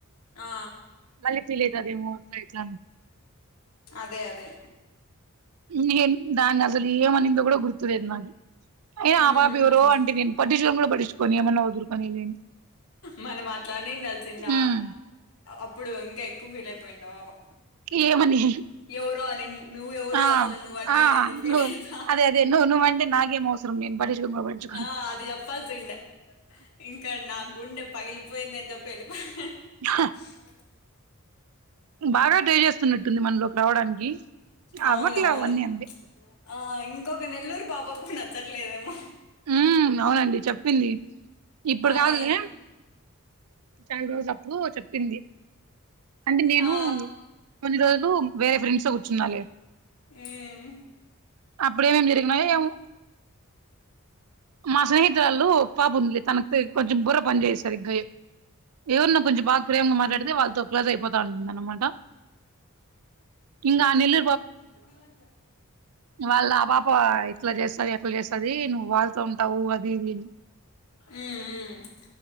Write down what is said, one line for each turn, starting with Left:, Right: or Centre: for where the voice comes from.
Left: ఆ
Right: మళ్ళీ ఫీల్ ఐతాదేమో ముూర్తయిట్ల
Left: అదే అదే
Right: ఇన్ హెల్ప్ దాన్ని అసలు ఏమనిందో కూడా గుర్తు లేదు నాకు ఏ
Left: ఉమ్
Right: అ పాప ఎవరో
Left: ఉమ్.
Right: ఆంటీని నేను పంటిన్చునే కూడా పాటించుకొను ఏమైన్నా ఒదురుకొనిని
Left: మన మాట్లాడినిడాలిసింద
Right: ఉమ్
Left: అప్పుడు ఇంకా ఎక్కువ ఫీల్ అయిపోయిండ బాబా
Right: ఏమని
Left: ఎవరో అనినో ఎవరో నిన్ నువ్వ ఎవరో
Right: ఆ
Left: అసలు నువ్వ అంట్రి
Right: ఆ
Left: నేను ఎందుకు ఫీల్
Right: నువ్వు
Left: అయితా
Right: అదే అదే నువ్వు నువ్వంటే నాకేం అవసరం నేను పట్టించుకోను కూడా పట్టించుకోను
Left: ఆ అది చెప్పాల్సి ఉండే ఇం ఇక్కన్న నా గుండె పగిలిపోయిందని చెప్పి వెళ్ళిపో
Right: హ
Left: సర
Right: బాగా ట్రే చేస్తున్నట్టుంది మనలోకి రావడానికి
Left: అవునవును
Right: అవ్వట్లే అవన్నీ అంతే
Left: ఆ ఇంకొక నెల్లూరు పాపాకు నచ్చట్లేదేమో
Right: ఉం అవునండి చెప్పింది ఇప్పుడు
Left: ఆ
Right: కాదులే
Left: ఏం
Right: చాలా రోజులు అప్పుడు చెప్పింది అంటే నేను
Left: ఆ
Right: కొన్ని రోజులు వేరే ఫ్రెండ్స్ తో కూర్చునాలే
Left: ఉమ్
Right: అప్పుడేం ఎం జరిగినాయో ఏమో మా స్నేహితురాళ్ళు పాప ఉంది తనకు కొంచెం బుర్ర పని చేయదు సరిగ్గా ఏవుర్నో కొంచెం బాగా ప్రేమగా మాట్లాడితే వాళ్ళతో క్లోజ్ అయిపోతా ఉంటుంద అన్నమాట ఇంకా ఆ నెల్
Left: అలాగ
Right: వాళ్ళ ఆ పాప ఇట్లా చేస్తది అట్లా చేస్తది నువ్వు వాళ్ళతో ఉంటావు అది ఇది
Left: ఉ ఊ